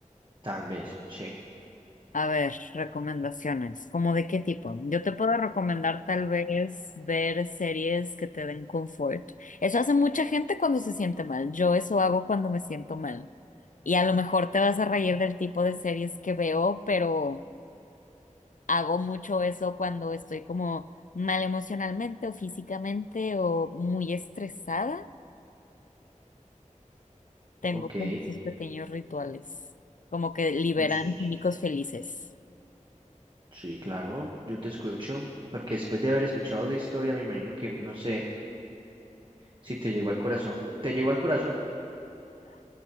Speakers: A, on the right; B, on the left.
A: tal vez, sí.
B: A ver, recomendaciones. ¿Cómo de qué tipo? Yo te puedo recomendar tal vez ver series que te den confort. Eso hace mucha gente cuando se siente mal. Yo eso hago cuando me siento mal. Y a lo mejor te vas a reír del tipo de series que veo, pero hago mucho eso cuando estoy como mal emocionalmente o físicamente o muy estresada. Tengo
A: Ok,
B: como esos pequeños rituales, como que liberan
A: oh, sí, sí.
B: químicos felices.
A: Sí, claro, yo te escucho, porque después de haber escuchado la historia, me imagino que, no sé, si te llegó al corazón, te llegó al corazón.